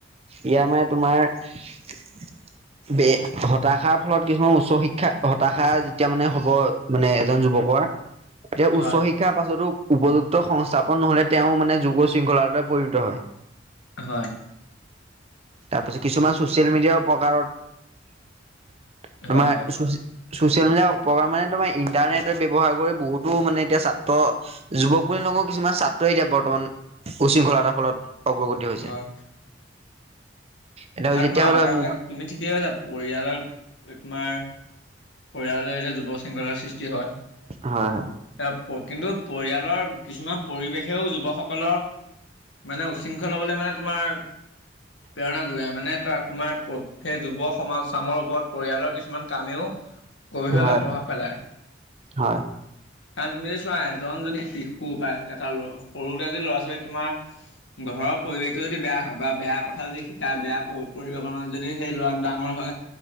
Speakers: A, on the right; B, on the left.
A: ইয়াৰ মানে তোমাৰ বে হতাশাৰ ফলত কিছুমান উচ্চ শিক্ষা হতাশা যেতিয়া মানে হব মানে এজন যুৱকৰ এতিয়া
B: হয়
A: উচ্চ শিক্ষাৰ পাছতো উপযুক্ত সংস্থাপন নহলে তেও মানে যুৱ শৃংখলা ৰুপে পৰিণত হয়।
B: হয়।
A: তাৰপিছত কিছুমান ছ'চিয়েল মিডিয়াৰ প্ৰকাৰত
B: হয়
A: তোমাৰ
B: হয়
A: চচি চচিয়েল মিডিয়াৰ উপকাৰ মানে তোমাৰ ইণ্টাৰনেটৰ ব্যৱহাৰ কৰি বহুতো মানে এতিয়া ছাত্ৰ যুৱক বুলি নকও কিছুমান ছাত্ৰই এতিয়া বৰ্তমান উশৃংখলতাৰ ফলত অগ্ৰগতি হৈছে।
B: হয়
A: এতিয়া
B: আৰু
A: যেতিয়া
B: তোমাৰ
A: হলে
B: আৰু এটা
A: হয়
B: কথা তুমি ঠিকেই কৈছা পৰিয়ালত তোমাৰ পৰিয়ালৰ জৰিতে যুৱ উশৃংখলাতাৰ সৃষ্টি হয়। এতিয়া
A: হয়
B: প্ৰকৃত ৰিয়ালৰ কিছুমান পৰিৱেশেও যুৱকসকলৰ মানে উশৃংখল হবলৈ মানে তোমাৰ প্ৰেৰণা মানে ত তোমাৰ সেই যুৱ সমাজচামৰ ওপৰত পৰিয়ালৰ কিছুমান কামেও গভীৰভাৱে
A: হয়
B: প্ৰভাৱ পেলায়।
A: হয়
B: কাৰণ তুমি যদি চোৱা এজন যদি শিশু বা এটা সৰুতে যদি ল'ৰা ছোৱালী তোমাৰ ঘৰৰ পৰিৱেশটো যদি বেয়া হয় বা বেয়া কথা যদি শিকায় বেয়া পৰিৱেশৰ মাজত যদি সেই ল'ৰাটো ডাঙৰ হয়